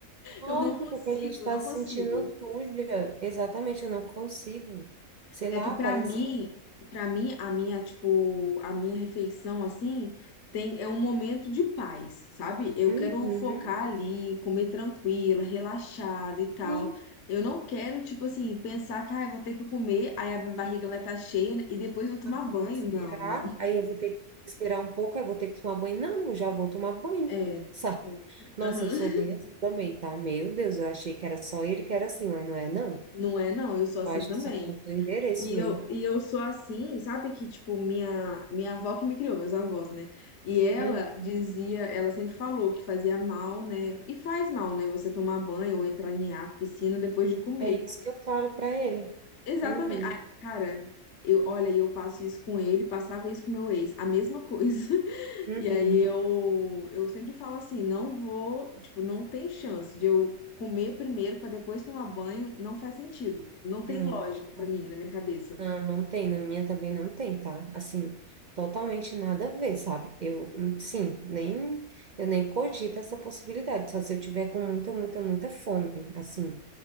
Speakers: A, on the right; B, on the left.
A: Lógico
B: Eu não consigo,
A: que a gente está
B: não
A: se
B: consigo.
A: sentindo suja. Exatamente, eu não consigo. Sei
B: É
A: lá,
B: que pra
A: parece
B: mim,
A: que.
B: para mim a minha, tipo, a minha refeição assim, tem é um momento de paz, sabe? Eu
A: Uhum.
B: quero focar ali, comer tranquila, relaxada e tal.
A: Sim.
B: Eu não quero, tipo assim, pensar que ah, eu vou ter que comer, aí a minha barriga vai estar cheia né, e depois eu vou tomar
A: Ah,
B: banho.
A: vou ter que esperar.
B: Não, não.
A: Aí eu vou ter que esperar um pouco, aí eu vou ter que tomar banho. Não, eu já vou tomar banho.
B: É.
A: <laughs> Sabe?
B: é.
A: Nossa,
B: Aham.
A: eu sou bem assim também, tá? Meu Deus, eu achei que era só ele que era assim, mas não é, não.
B: Não é, não. Eu sou
A: Eu
B: assim
A: acho
B: também.
A: que só mudou o endereço
B: E
A: mesmo.
B: eu, e eu sou assim, sabe que, tipo, minha, minha avó que me criou, meus avós, né? E ela
A: Uhum.
B: dizia, ela sempre falou que fazia mal, né? E faz mal, né? Você tomar banho ou entrar em água, piscina depois de comer.
A: É isso que eu falo para ele.
B: Exatamente.
A: Uhum.
B: Ai, cara, eu, olha, eu passo isso com ele, passava isso com meu ex, a mesma coisa. <laughs>
A: Uhum.
B: E aí eu, eu sempre falo assim, não vou, tipo, não tem chance de eu comer primeiro para depois tomar banho, não faz sentido. Não tem
A: Não.
B: lógica para mim, na minha cabeça.
A: Não, não tem, na minha também não tem, tá? Assim, totalmente nada a ver, sabe? Eu, hum, sim, nem, eu nem cogito essa possibilidade, só se eu tiver com muita, muita, muita fome, assim